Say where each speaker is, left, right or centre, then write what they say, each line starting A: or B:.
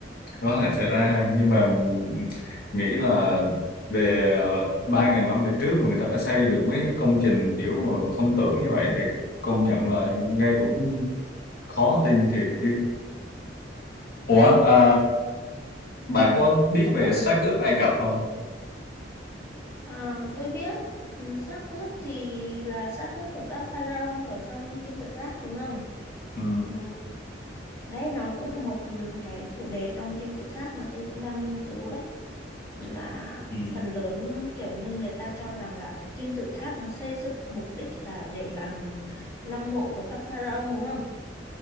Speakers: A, on the left; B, on the left.
A: có thể xảy ra ha nhưng mà mình nghĩ là về ờ, ba ngàn năm về trước mà người ta đã xây được mấy công trình kiểu mà không tưởng như vậy thì công nhận là nghe cũng khó tin thiệt chứ Ủa à, bà có biết
B: thế
A: về
B: còn
A: xác ướp Ai Cập không
B: à, tôi biết ừ, xác ướp thì là xác ướp của các pharaoh ở trong kim tự tháp đúng không
A: ừ,
B: ừ, đấy nó cũng là một ừ, cái chủ đề trong kim tự tháp mà tôi cũng đang nghiên cứu đấy là
A: ừ,
B: phần lớn kiểu như người ta cho rằng là cái kim tự tháp nó xây dựng mục đích là để làm lăng mộ của các pharaoh đúng không